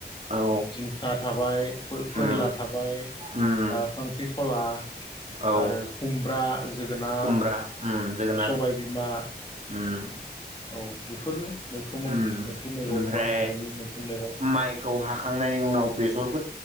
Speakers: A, on the right (about 45°); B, on the left (about 30°).
A: औ
B: जिंखा थाबाय फोरला
A: उम
B: थाबाय
A: उम
B: खांख्रि खला
A: औ
B: आरो खुमब्रा जोगोनार
A: खुमब्रा उम जोगोनार
B: सबायबिमा
A: उम
B: औ बेफोरनो मैखोमाव
A: उम
B: मैखम मैगं
A: ओमफ्राय
B: बा बर'नि मैखम मैगं
A: माइखौ हाखांनायनि उनाव <unintelligible>